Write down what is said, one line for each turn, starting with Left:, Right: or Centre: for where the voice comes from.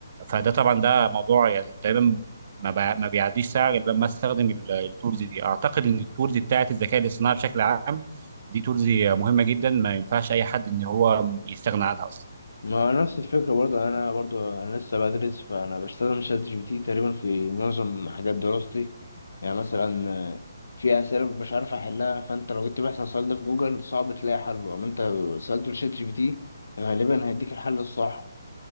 Right: فده طبعا ده موضوع يعني تقريبا ما بع- ما بيعديش ساعه غير لما استخدم ال- التولز دي اعتقد ان التولز بتاعت الذكاء الاصطناعي بشكل عام دي تولز مهمه جدا ما ينفعش اي حد ان هو يستغنى عنها اصلا
Left: ما نفس الفكرة برضو انا برضو انا لسه بدرس فانا بستخدم شات جي بي تي تقريبا في معظم حاجات دراستي يعني مثلا آه، في اسئلة مش عارف احلها فانت لو جيت بحث عن السؤال ده في جوجل صعب تلاقي حله اما انت سألته لشات جي بي تي غالبا هيديك الحل الصح